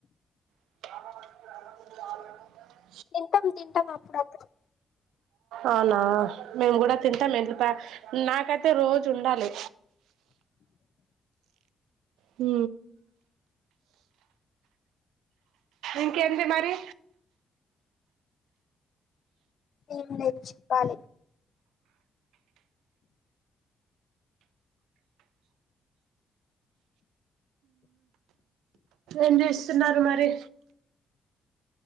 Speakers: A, on the right (about 80°); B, on the left (about 65°).
A: <unintelligible>
B: తింటాం తింటాం అప్పుడప్పుడు
A: అవునా మేము కూడ త ఎట్ నాకైతే రోజు ఉండాలి హు ఇంకేంది మరి
B: ఎం లేదు చెప్పాలి
A: ఎం చేస్తున్నారు మరి